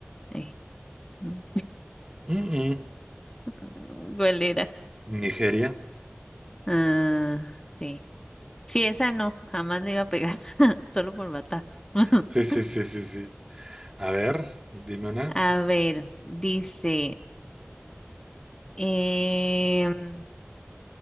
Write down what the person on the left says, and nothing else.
eh, mm,
<laughs> ¿Cuál era?
Ah, sí. Sí, esa no, jamás le iba a pegar, <laughs> solo por batazo. <laughs>
A ver, dice, em,